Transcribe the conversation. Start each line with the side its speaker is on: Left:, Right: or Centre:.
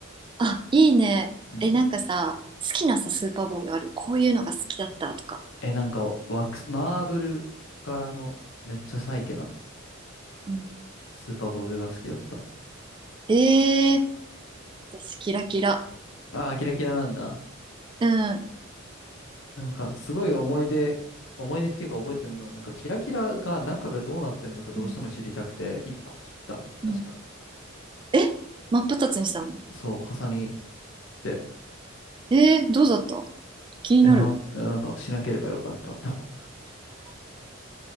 Right: あいいねえなんかさ好きなさスーパーボールあるこういうのが好きだったとか、
Left: うん。え、なんか、ワックス、マーブル柄のめっちゃサイケな
Right: うん、
Left: スーパーボールが好きだった。
Right: えー、私キラキラ
Left: ああ、キラキラなんだ。
Right: うん
Left: なんか、すごい思い出、思い出っていうか覚えてるのは、なんか、キラキラが中がどうなってんのかどうしても知りたくて、
Right: うん
Left: 一個切った。
Right: うん、
Left: 確か。
Right: え、真っ二つにしたの
Left: そう、ハサミで、
Right: えー、どうだった気になる。
Left: え、な、なんか、しなければよかったって思った。